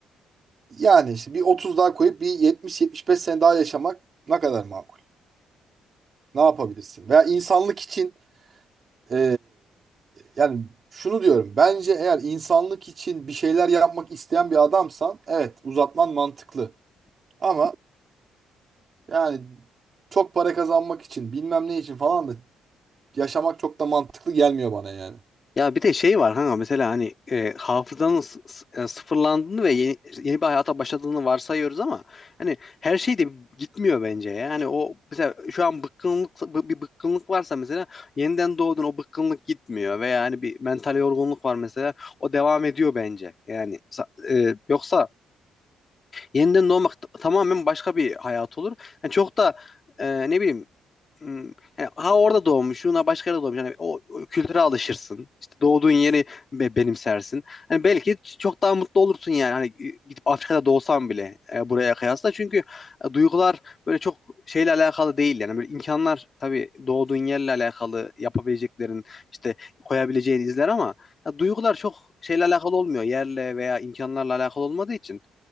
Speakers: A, on the right (about 45°); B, on the left (about 40°).
A: Yani işte bir 30 daha koyup bir 70-75 sene daha yaşamak ne kadar makul? Ne yapabilirsin? Veya insanlık için e, yani şunu diyorum. Bence eğer insanlık için bir şeyler yapmak isteyen bir adamsan evet uzatman mantıklı. Ama Yani çok para kazanmak için bilmem ne için falan da yaşamak çok da mantıklı gelmiyor bana yani.
B: Ya bir de şey var kanka mesela hani e, hafızanın s- s- e, sıfırlandığını ve yeni, yeni bir hayata başladığını varsayıyoruz ama hani her şey de gitmiyor bence ya. Yani o mesela şu an bıkkınlık bı- bir bıkkınlık varsa mesela yeniden doğdun o bıkkınlık gitmiyor veya hani bir mental yorgunluk var mesela o devam ediyor bence. Yani sa- e, yoksa yeniden doğmak t- tamamen başka bir hayat olur. Yani çok da e, ne bileyim m, yani ha orada doğmuş, ha başka yerde doğmuş. Yani o, o kültüre alışırsın. İşte doğduğun yeri be- benimsersin. Hani belki ç- çok daha mutlu olursun yani. Hani e, gidip Afrika'da doğsan bile e, buraya kıyasla. Çünkü e, duygular böyle çok şeyle alakalı değil yani. Böyle imkanlar tabii doğduğun yerle alakalı yapabileceklerin işte koyabileceğin izler ama ya duygular çok şeyle alakalı olmuyor. Yerle veya imkanlarla alakalı olmadığı için